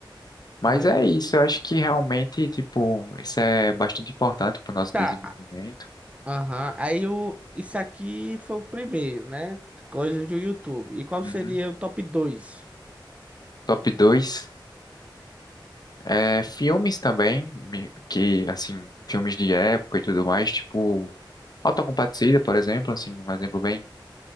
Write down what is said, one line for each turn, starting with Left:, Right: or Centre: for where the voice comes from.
Left: Mas
Right: Aí.
Left: é isso, eu acho que realmente, tipo, isso é bastante importante para o nosso
Right: Tá.
Left: desenvolvimento.
Right: Aham. Aí o. Isso aqui foi o primeiro, né? Coisas do YouTube. E qual
Left: Uhum.
Right: seria o top dois
Left: Top dois É, filmes também, me- que, assim, filmes de época e tudo mais, tipo, Autocompadecida, por exemplo, assim, um exemplo bem